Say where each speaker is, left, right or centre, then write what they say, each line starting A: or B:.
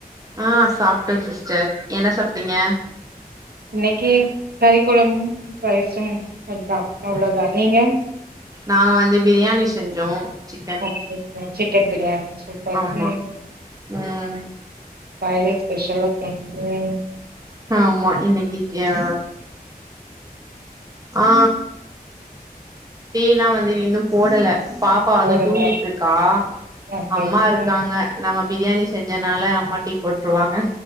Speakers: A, on the right (about 20°); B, on the right (about 80°).
A: ஆ சாப்புட்டோ சிஸ்டர் என்ன சாப்பிட்டீங்க
B: இன்னிக்கு கறிக்குளம் பரிசம் அதா அவ்ளோதா நீங்க
A: நாங்க வந்து பிரியாணி செஞ்சோ சிக்கன்
B: ஓகே <unintelligible> கெண்டு <unintelligible>
A: ஆமா
B: ம்
A: ம்
B: காலியே ஸ்பெஷலா <unintelligible>
A: ஆமா இனக்கி கியா ஆ டீல்லா வந்து இன்னும் போடல பாப்பா வந்து
B: போடல
A: தூங்கிட்டுருக்கா
B: ஓகே
A: அம்மா இருக்காங்க
B: ம்
A: நம்ம பிரியாணி செஞ்சனால அம்மா டீ போட்ருவாங்க